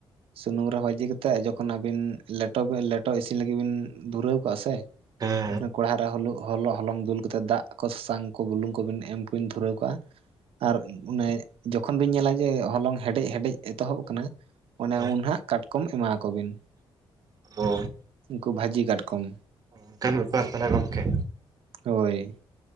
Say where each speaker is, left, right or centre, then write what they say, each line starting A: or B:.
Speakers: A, on the right; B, on the right.
A: ᱥᱩᱱᱩᱢ ᱨᱮ ᱵᱷᱟᱹᱡᱤ ᱠᱟᱛᱮ ᱡᱚᱠᱷᱚᱱ ᱟᱹᱵᱤᱱ ᱞᱮᱴᱚ ᱵᱮ ᱞᱮᱴᱚ ᱤᱥᱤᱱ ᱞᱟᱹᱜᱤᱫ ᱵᱤᱱ ᱫᱷᱩᱨᱟᱹᱣ ᱠᱟᱜᱼᱟ ᱥᱮ
B: ᱦᱮᱸ
A: ᱠᱚᱲᱦᱟ ᱨᱮ ᱦᱚ ᱦᱚᱞᱚ ᱦᱚᱞᱚᱝ ᱫᱩᱞ ᱠᱟᱛᱮ ᱫᱟᱜ ᱠᱚ ᱥᱟᱥᱟᱝ ᱠᱚ ᱵᱩᱞᱝ ᱠᱚ ᱠᱚᱵᱤᱱ ᱮᱢ ᱵᱤᱱ ᱫᱷᱩᱨᱟᱹᱣ ᱠᱟᱜ-ᱟ ᱟᱨ ᱚᱱᱮ ᱡᱚᱠᱷᱚᱱ ᱵᱤᱱ ᱧᱮᱞᱟ ᱡᱮ ᱦᱚᱞᱚᱝ ᱦᱮᱰᱮᱡ ᱦᱮᱰᱮᱡ ᱮᱛᱚᱦᱚᱵ ᱟᱠᱟᱱᱟ ᱚᱱᱮ
B: ᱦᱮᱸ
A: ᱩᱱᱦᱟᱜ ᱠᱟᱴᱠᱚᱢ ᱮᱢᱟ ᱠᱚ ᱵᱤᱱ
B: ᱚ
A: ᱩᱱᱠᱩ ᱵᱷᱟᱹᱡᱤ ᱠᱟᱴᱠᱚᱢ
B: ᱚᱱᱠᱟᱱ ᱵᱮᱯᱟᱨ ᱛᱟᱦᱚᱞᱮ ᱜᱚᱝᱠᱮ
A: ᱦᱳᱭ